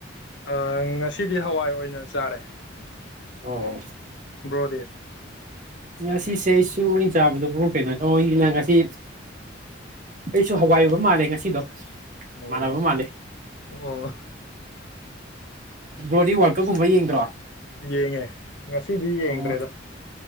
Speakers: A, on the left (about 65°); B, on the right (about 40°).
A: ꯑ ꯉꯁꯤꯗꯤ ꯍꯋꯥꯏ ꯑꯣꯏꯅ ꯆꯥꯔꯦ
B: ꯍꯣꯏꯣꯏ
A: ꯇꯗꯦ
B: ꯉꯁꯤꯁꯦ ꯑꯩꯁꯨ ꯑꯣꯏꯅ ꯆꯥꯕꯗꯣ ꯐ ꯀꯩꯅꯣꯅ ꯉꯁꯤ ꯑꯩꯁꯨ ꯍꯋꯥꯏ ꯑꯣꯏꯕ ꯃꯥꯜꯂꯦ ꯉꯁꯤꯗꯣ
A: ꯑꯣ
B: ꯃꯥꯟꯅꯕ ꯃꯥꯜꯂꯦ
A: ꯑꯣ
B: ꯒ꯭ꯂꯣꯔꯤ ꯋꯥꯔꯀꯔꯒꯨꯝꯕ ꯌꯦꯡꯗ꯭ꯔꯣ
A: ꯌꯦꯡꯉꯦ ꯉꯁꯤꯗꯤ ꯌꯦꯡꯗ꯭ꯔꯦꯗ
B: ꯑꯣ